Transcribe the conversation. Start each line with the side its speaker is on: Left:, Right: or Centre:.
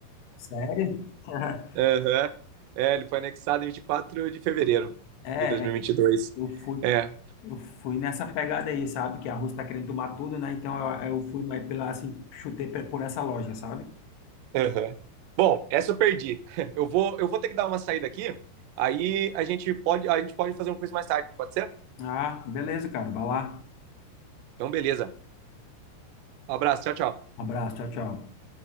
Left: Sério? <laughs>
Right: Aham. É, ele foi anexado em 24 de fevereiro
Left: É,
Right: de dois mil
Left: é,
Right: e e vinte e dois
Left: eu fui,
Right: É,
Left: eu fui nessa pegada aí, sabe? Que a Rússia tá querendo tomar tudo, né? Então eu, eu fui mais pela, assim, chutei pe- por essa lógica, sabe?
Right: Aham. Bom, essa eu perdi. <laughs> Eu vou, eu vou ter que dar uma saída aqui. Aí a gente pode, a gente pode fazer um quiz mais tarde, pode ser?
Left: Ah, beleza, cara, vai lá.
Right: Então, beleza. Um abraço, tchau, tchau.
Left: Um abraço, tchau, tchau.